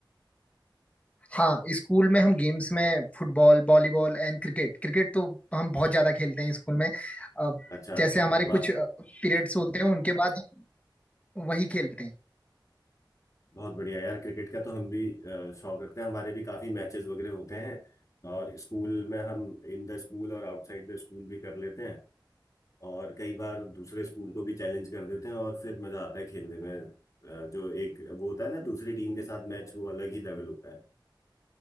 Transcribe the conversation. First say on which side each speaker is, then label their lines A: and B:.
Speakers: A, on the left; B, on the left.
A: हाँ स्कूल में हम गेम्स में football volleyball and cricket cricket तो हम बहुत ज्यादा खेलते हैं स्कूल में अ,
B: अच्छा
A: जैसे
B: अच्छा
A: हमारे
B: वाह
A: कुछ पीरियड्स होते हैं उनके बाद हम वही खेलते हैं
B: बहुत बढ़िया यार क्रिकेट का तो हम भी अ, शौक रखते हैं हमारे भी काफी मैचेस वगैरह होते हैं और स्कूल में हम इन द स्कूल और आउटसाइड द स्कूल भी कर लेते हैं और कई बार दूसरे स्कूल को भी चैलेंज कर देते हैं और फिर मजा आता है खेलने में अ, जो एक वो होता है ना दूसरी टीम के साथ मैच वो अलग ही लेवल होता है